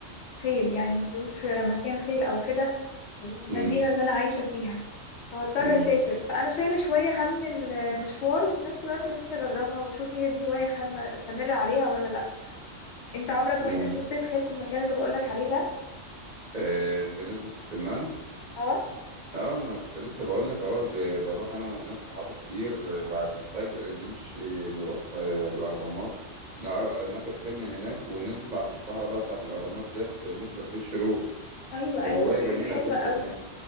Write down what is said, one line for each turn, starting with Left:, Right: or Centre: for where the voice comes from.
Left: خيل يعني ما فيهوش مكان خيل او كده المدينة
Right: م-
Left: اللي انا عايشة فيها فهضطر
Right: م-
Left: اسافر فانا شايلة شوية هم المشوار وفي نفس الوقت نفسي اجربها واشوف هي دي هواية احب استمر عليها ولا لا انت عمرك
Right: م.
Left: رحت ركبت الخيل في المكان اللي بقولك عليه ده
Right: آه، في نزلة السمان
Left: اه
Right: اه انا كنت لسه بقول لك اه ب- بنروح انا وناس صحابي كتير بعد الفجر نمشي نروح آه، الاهرامات نا- ناخد خيل من هناك ونطلع في الصحراء بقى بتاعت الاهرامات ديت نحضر بيه الشروق
Left: ايوه
Right: هواية
Left: ايوه ده
Right: جميلة
Left: حاجة حلوة
Right: جدا
Left: قوي
Right: يعني